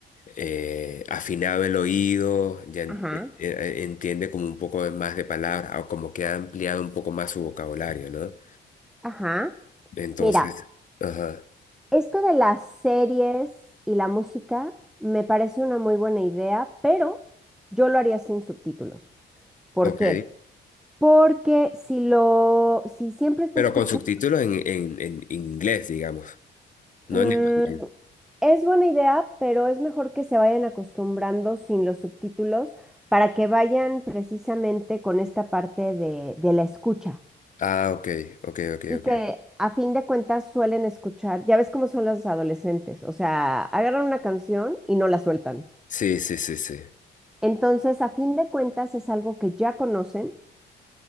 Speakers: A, on the left; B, in the centre.
A: eh, afinado el oído, ya en-
B: ajá,
A: eh, eh, entiende como un poco más de palabras o como que ha ampliado un poco más su vocabulario, ¿no?
B: ajá.
A: Entonces,
B: Mira.
A: ajá,
B: Esto de las series y la música me parece una muy buena idea, pero yo lo haría sin subtítulos. ¿Por
A: ok.
B: qué? Porque si lo, si siempre está
A: Pero
B: escuchando,
A: con subtítulos en, en, en inglés, digamos, no
B: mm,
A: en español.
B: es buena idea, pero es mejor que se vayan acostumbrando sin los subtítulos para que vayan precisamente con esta parte de, de la escucha.
A: Ah, ok, ok, ok,
B: Y
A: ok.
B: que a fin de cuentas suelen escuchar, ya ves cómo son los adolescentes, o sea, agarran una canción y no la sueltan.
A: Sí, sí, sí, sí.
B: Entonces, a fin de cuentas, es algo que ya conocen